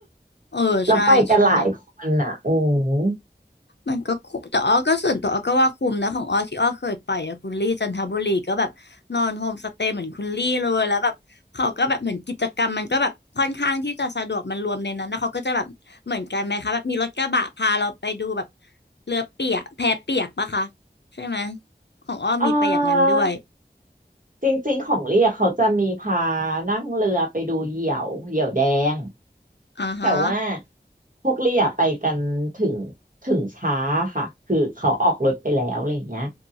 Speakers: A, on the left; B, on the right.
A: เออใช่ใช่
B: <laughs> เราไปกันหลายคนอ่ะอืม
A: มันก็คุ้มแต่อ้อก็ส่วนตัวอ้อก็ว่าคุ้มนะของอ้อที่อ้อเคยไปอะคุณลี่จันทบุรีก็แบบนอนโฮมสเตย์เหมือนคุณลี่เลยแล้วแบบเขาก็แบบเหมือนกิจกรรมมันก็แบบค่อนข้างที่จะสะดวกมันรวมในนั้นนะเขาก็จะแบบเหมือนกันไหมคะแบบมีรถกระบะพาเราไปดูแบบเรือเปียกแพเปียกปะคะใช่ไหมของอ้อมีไปอย่างนั้นด้วย
B: เออ จริงๆ ของเรียกเขาจะมีพานั่งเรือไปดูเหยี่ยวเหยี่ยวแดง
A: อ่าฮะ
B: แต่ว่าพวกเรียไปกันถึงถึงช้าค่ะคือเขาออกรถไปแล้วอะไรอย่างเงี้ย